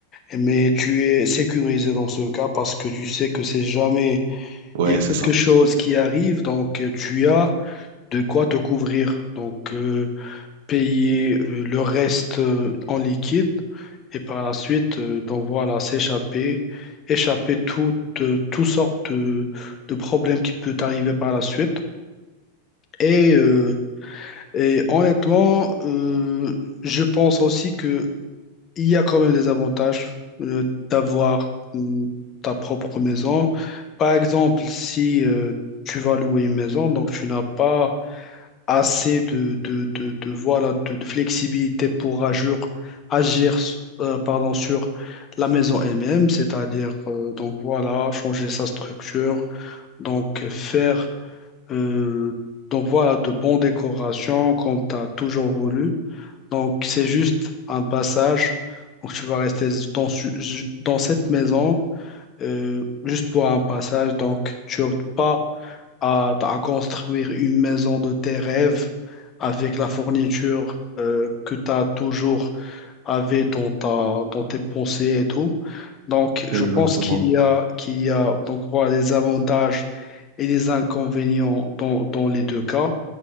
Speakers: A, on the left; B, on the right.
A: mais tu es sécurisé dans ce cas parce que tu sais que c'est jamais,
B: Ouais,
A: il y a quelque
B: c'est ça.
A: chose qui arrive, donc euh, tu as de quoi te couvrir. Donc, euh, payer euh, le reste euh, en liquide et par la suite, euh, donc voilà, s'échapper, échapper toutes euh, toutes sortes de, de problèmes qui peuvent arriver par la suite. Et, euh, et honnêtement, euh, je pense aussi que il y a quand même des avantages euh, d'avoir euh, ta propre maison. Par exemple, si euh, tu vas louer une maison, donc tu n'as pas assez de, de, de, de, voilà, de, de flexibilité pour agir, agir euh, pardon, sur la maison elle-même, c'est-à-dire euh, donc voilà, changer sa structure, donc euh, faire euh, donc voilà, de bonnes décorations comme tu as toujours voulu. Donc c'est juste un passage. Donc tu vas rester dans, su- dans cette maison euh, juste pour un passage. Donc, tu optes pas à, à construire une maison de tes rêves avec la fourniture euh, que tu as toujours avait dans ta, dans tes pensées et tout. Donc, je
B: Exactement.
A: pense qu'il y a, qu'il y a donc, voilà, des avantages et des inconvénients dans, dans les deux cas.